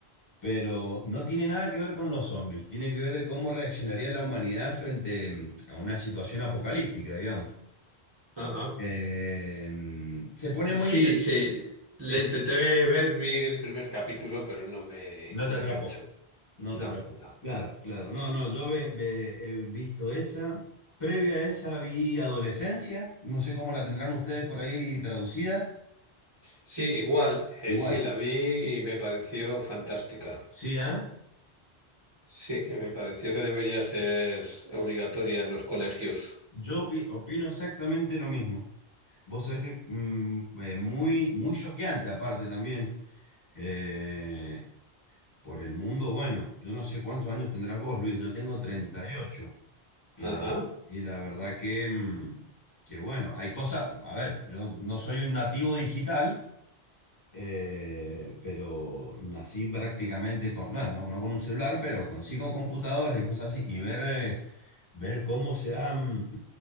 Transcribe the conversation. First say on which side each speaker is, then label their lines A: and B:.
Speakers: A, on the left (about 20°); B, on the right (about 30°).
A: pero no tiene nada que ver con los zombies, tiene que ver de cómo reaccionaría la humanidad frente mm, a una situación apocalíptica, digamos.
B: Ajá.
A: Eh, mm, se pone
B: Sí,
A: muy interesante.
B: sí,
A: Sí,
B: le intenté ver, vi el primer capítulo, pero no me,
A: no
B: no
A: te
B: me
A: atrapó.
B: enganchó.
A: No
B: No,
A: te atrapó.
B: no.
A: Claro, claro. No, no, yo ve- ve- he visto esa. Previa a esa vi Adolescencia. No sé cómo la tendrán ustedes por ahí traducida.
B: Sí, igual, eh,
A: Igual.
B: sí, la vi y me pareció fantástica.
A: Sí, ¿ah?
B: Sí, y me pareció que debería ser obligatoria en los colegios.
A: Yo opi- opino exactamente lo mismo. Vos sabés que mm, eh, muy, muy choqueante, aparte también. eh, por el mundo, bueno, yo no sé cuántos años tendrás vos, Luis. Yo tengo 38. Y
B: Ajá.
A: ocho. Y la, y la verdad que, mm, que bueno, hay cosas. A ver, yo no soy un nativo digital. eh, pero nací prácticamente con, bueno, no, no con un celular, pero con, sí con computadoras y cosas así, y ver, eh, ver cómo se han,